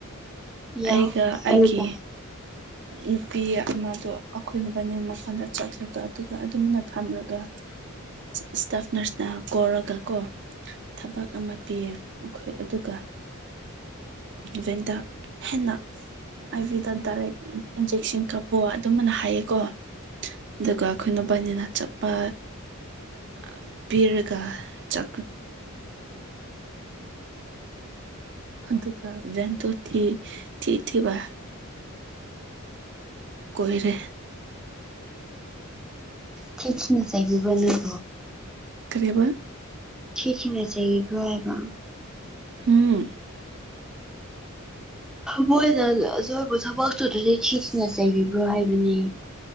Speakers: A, in the centre; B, on the right.
A: ꯌꯥꯎ
B: ꯑꯩꯒ ꯑꯩꯒꯤ
A: ꯑꯩꯕꯨ
B: ꯅꯨꯄꯤ ꯑꯃꯗꯣ ꯑꯩꯈꯣꯏꯅꯕꯥꯅ ꯃꯄꯜꯗ ꯆꯠꯈ꯭ꯔꯒ ꯑꯗꯨꯒ ꯑꯗꯨꯝꯅ ꯐꯝꯂꯒ ꯏꯁꯇꯥꯞ ꯅꯔꯁꯅ ꯀꯧꯔꯒ ꯀꯣ ꯊꯕꯛ ꯑꯃ ꯄꯤꯌꯦ ꯑꯩꯈꯣꯏ ꯑꯗꯨꯒ ꯕꯦꯟꯗ ꯍꯦꯟꯅ ꯑꯥꯏꯕꯤꯗ ꯗꯥꯏꯔꯦꯛ ꯏꯟꯖꯦꯛꯁꯟ ꯀꯥꯞꯄꯣ ꯑꯗꯨꯃꯅ ꯍꯥꯏꯌꯦꯀꯣ ꯑꯗꯨꯒ ꯑꯩꯈꯣꯏꯅꯕꯥꯏꯅꯤꯅ ꯆꯠꯄ ꯄꯕꯤꯔꯒ ꯆ ꯑꯗꯨꯒ ꯇꯣ ꯊꯤ ꯊꯤ ꯊꯕ ꯀꯣꯏꯔ
A: ꯊꯤ ꯊꯅꯁꯥꯏꯕꯤꯕ ꯂꯩ
B: ꯀꯔꯦꯕ
A: ꯁꯤꯈꯤꯅ ꯆ ꯏꯕ꯭ꯔꯣꯕ
B: ꯎꯝ
A: ꯃꯣꯏꯅ
B: ꯍꯣꯏ
A: ꯑꯖꯣꯏꯕꯨ ꯊꯕꯛꯇꯨꯗꯗꯤ ꯊꯁꯤꯅ ꯆꯩꯕꯤꯕ꯭ꯔꯣ ꯍꯥꯏꯕꯅꯦ